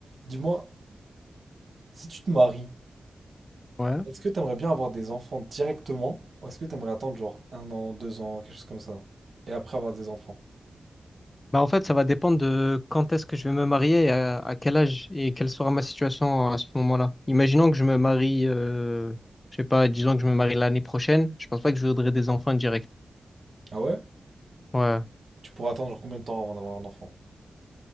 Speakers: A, on the right (about 50°); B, on the left (about 25°).
A: Dis-moi, si tu te maries,
B: Ouais.
A: est-ce que t'aimerais bien avoir des enfants directement ou est-ce que t'aimerais attendre genre un an, deux ans, quelque chose comme ça, et après avoir des enfants?
B: Bah, en fait, ça va dépendre de quand est-ce que je vais me marier, et à, à quel âge et quelle sera ma situation à ce moment-là. Imaginons que je me marie, euh, je sais pas, disons que je me marie l'année prochaine, je pense pas que je voudrais des enfants direct.
A: Ah ouais?
B: Ouais.
A: Tu pourrais attendre genre combien de temps avant d'avoir un enfant?